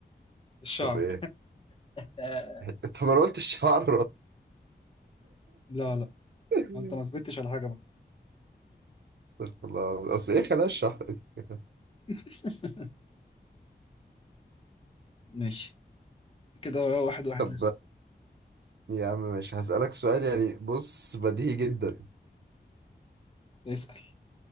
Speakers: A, on the left (about 30°); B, on the right (about 75°).
A: الشعر
B: طب ايه
A: آه،
B: <laughs> طب انا قلت الشعر
A: لا لا
B: <laughs>
A: ما انت ما ثبتتش على حاجه بقى
B: استغفر الله العظيم. اصل ايه خلايا الشعر دي؟
A: <laughs> ماشي كده واحد واحد
B: طب
A: لسه
B: يا عم ماشي هسألك سؤال يعني بص بديهي جدا
A: اسأل